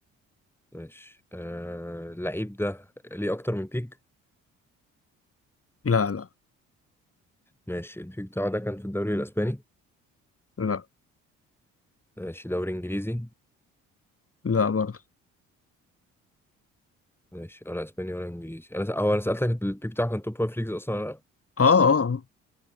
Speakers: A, in the centre; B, on the left.
A: ماشي آه اللعيب ده ليه أكتر من بيك
B: لا لا
A: ماشي البيك بتاعه ده كان في الدوري الأسباني
B: لا
A: ماشي دوري إنجليزي
B: لا برضه
A: ماشي ولا أسباني ولا إنجليزي أنا س... هو أنا سألتك البيك بتاعه كان توب فايف ليجز أصلا ولا لأ
B: اه اه آه.